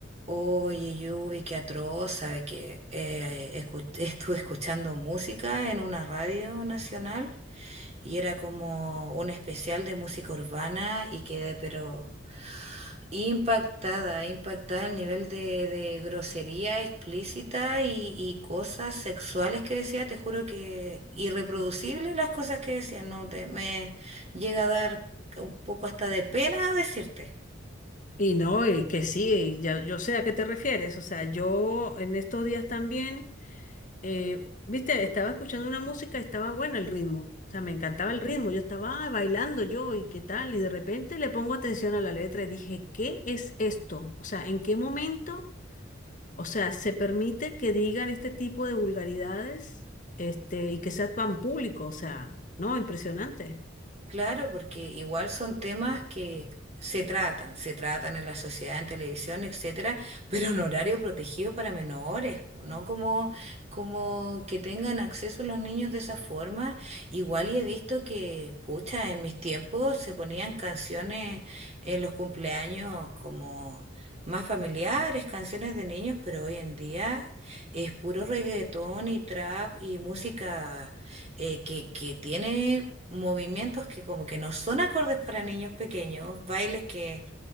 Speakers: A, on the right; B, on the left.
A: Oye, Yubi, qué atroz, sabe que eh, escu- <laughs> estuve escuchando música en una radio nacional y era como un especial de música urbana y quedé pero impactada, impactada al nivel de, de grosería explícita y, y cosas sexuales que decía, te juro que irreproducible las cosas que decía, no te, me llega a dar un poco hasta de pena decirte.
B: Y no, y que sí, ya, yo sé a qué te refieres. O sea, yo en estos días también, eh, viste, estaba escuchando una música, y estaba bueno el ritmo. O sea, me encantaba el ritmo. Yo estaba "Ay, bailando yo y qué tal. Y de repente le pongo atención a la letra y dije, ¿qué es esto? O sea, ¿en qué momento? O sea, se permite que digan este tipo de vulgaridades, este, y que sea tan público. O sea, no, impresionante.
A: Claro, porque igual son temas que se tratan, se tratan en la sociedad, en televisión, etcétera, <laughs> pero en horario protegido para menores, po, no como, como que tengan acceso los niños de esa forma. Igual y he visto que, pucha, en mis tiempos se ponían canciones en los cumpleaños como más familiares, canciones de niños, pero hoy en día es puro reggaetón y trap y música eh, que, que tiene movimientos que como que no son acordes para niños pequeños, bailes que,